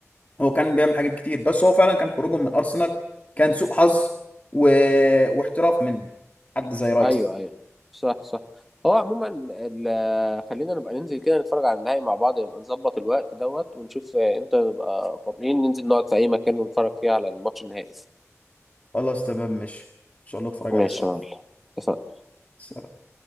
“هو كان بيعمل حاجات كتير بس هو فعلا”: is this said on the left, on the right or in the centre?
Left